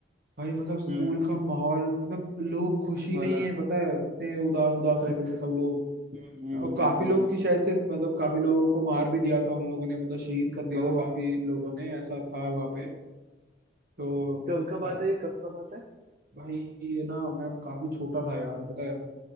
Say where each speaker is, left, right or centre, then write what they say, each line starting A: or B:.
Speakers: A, on the right; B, on the right.
A: भाई मतलब स्कूल
B: हम्म
A: का माहौल मतलब लोग खुशी
B: मतलब
A: नहीं है पता है इतने उदास उदास
B: हम्म
A: रहते थे सब लोग
B: हम्म हम्म।
A: और काफी
B: हम्म।
A: लोग की शायद से मतलब काफी लोगों को मार भी दिया था उन लोगों ने मतलब शहीद कर दिया
B: ओ
A: था काफी लोगों ने ऐसा था वहां पे तो
B: कब का बात
A: भाई
B: है ये कब का बात है
A: भाई ये ना मैं काफी छोटा था यार पता है